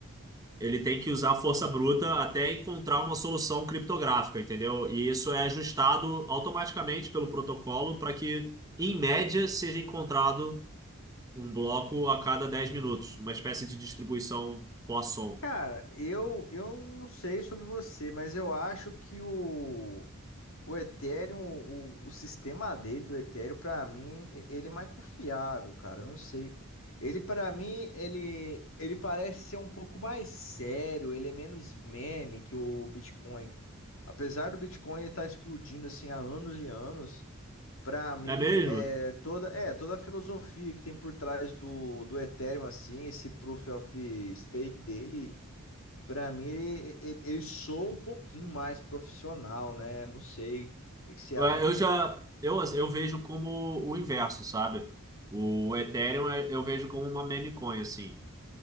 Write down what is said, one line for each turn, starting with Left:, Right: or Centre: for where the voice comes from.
Right: ele tem que usar
Left: Uhum.
Right: a força bruta até encontrar uma solução criptográfica, entendeu? E isso é ajustado automaticamente pelo protocolo para que, em média, seja encontrado Um bloco a cada 10
Left: Entendi.
Right: minutos, uma espécie de distribuição Poisson.
Left: Cara, eu, eu não sei sobre você, mas eu acho que o O Ethereum, o, o sistema dele do Ethereum, pra mim, e- ele é mais confiável, cara. Eu não sei. Ele, pra mim, ele, ele parece ser um pouco mais sério, ele é menos meme que o Bitcoin. Apesar do Bitcoin estar explodindo assim há anos e anos, pra mim,
Right: É mesmo?
Left: é toda, é, toda a filosofia que tem por trás do, do Ethereum, assim, esse proof of stake dele. Pra mim, ele, ele, ele soa um pouquinho mais profissional, né? Não sei. O que que você
Right: É,
Left: acha?
Right: Eu já eu, assim, eu vejo como o inverso, sabe? O Ethereum é- eu vejo como uma meme coin, assim.